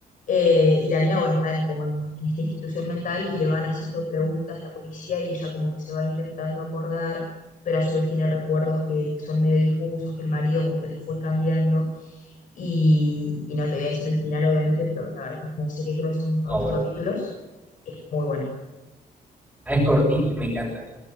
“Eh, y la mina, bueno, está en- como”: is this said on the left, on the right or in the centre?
Left